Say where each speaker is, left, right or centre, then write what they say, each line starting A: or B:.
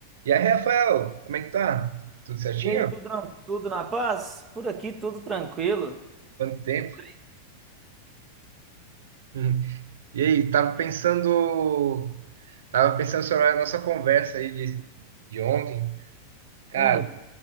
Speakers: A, on the right; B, on the right.
A: E aí, Rafael, como é que tá? Tudo certinho?
B: E aí, Pedrão, tudo na paz? Por aqui tudo tranquilo.
A: Quanto tempo?
B: E por aí?
A: Hum. E aí, tava pensando, tava pensando sobre a nossa conversa aí de, de ontem, cara,
B: Hum,